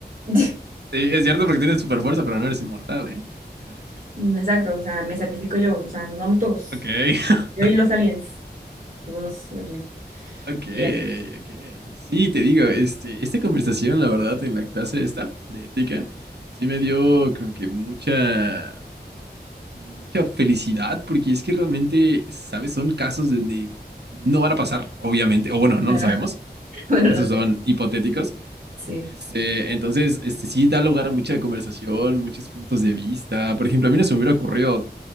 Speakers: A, on the right (about 50°); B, on the right (about 75°).
A: <laughs>
B: es cierto porque tienes super fuerza, pero no eres inmortal, ¿eh? Déjame decirte.
A: Exacto, o sea, me sacrifico yo, o sea, nos vamos todos.
B: Ok, <laughs>
A: Yo y los aliens. Nos vamos el-
B: ok,
A: y ya,
B: ok. Sí, te digo, este, esta conversación, la verdad, en la clase esta de ética, sí me dio como que mucha, mucha felicidad, porque es que realmente, ¿sabes? Son casos donde no van a pasar, obviamente, o bueno,
A: claro.
B: no lo sabemos,
A: <laughs> Bueno,
B: por
A: no
B: eso
A: sé.
B: son hipotéticos
A: Sí.
B: Este, entonces, este, sí da lugar a mucha conversación, muchos puntos de vista. Por ejemplo, a mí no se me hubiera ocurrido